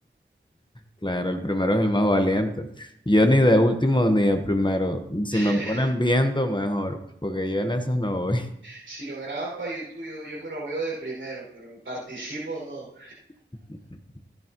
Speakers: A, on the left (about 25°); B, on the right (about 90°).
A: Claro, el primero es el más valiente. Yo
B: Eh,
A: ni de último ni de primero. Si
B: <laughs>
A: me ponen viendo, mejor, porque yo en esas no voy.
B: Si lo graban para YouTube, yo, yo me lo veo de primero, pero participo no.
A: <laughs>